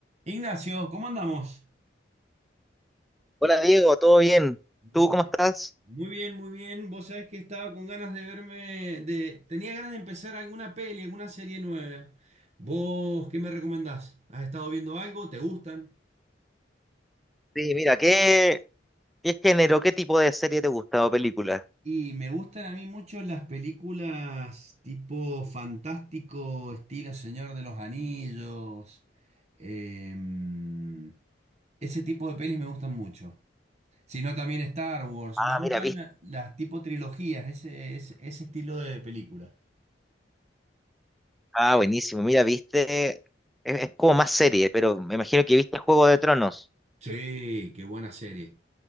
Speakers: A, on the right (about 35°); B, in the centre.
A: Ignacio, ¿cómo andamos?
B: Hola Diego, ¿todo bien?
A: Mm,
B: ¿Tú cómo estás?
A: Muy bien, muy bien. Vos sabés que estaba con ganas de verme, de, tenía ganas de empezar alguna peli, alguna serie nueva. ¿Vos qué me recomendás? ¿Has estado viendo algo? ¿Te gustan?
B: Sí, mira, ¿qué, qué género, qué tipo de serie te gusta o película?
A: Y me gustan a mí mucho las películas tipo fantástico, estilo Señor de los Anillos. em, ese tipo de pelis me gustan mucho. sino también Star Wars.
B: Ah,
A: Me gustan
B: mira, viste.
A: la- las tipo trilogías, ese, ese, ese estilo de película.
B: Ah, buenísimo. Mira, viste. Es, es como más serie, pero me imagino que viste Juego de Tronos.
A: Sí, qué buena serie.